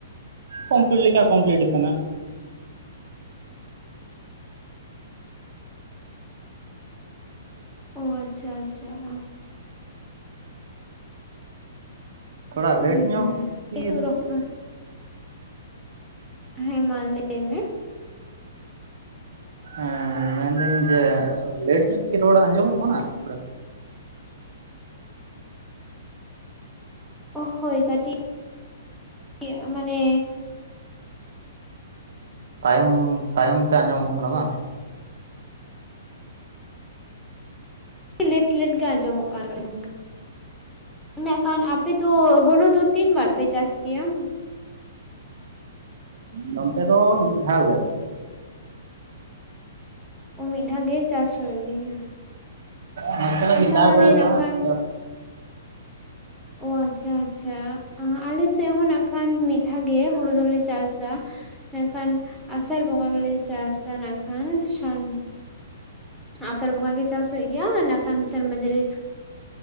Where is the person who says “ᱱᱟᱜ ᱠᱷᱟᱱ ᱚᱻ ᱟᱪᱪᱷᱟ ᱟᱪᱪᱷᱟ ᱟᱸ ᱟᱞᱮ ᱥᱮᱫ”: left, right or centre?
Centre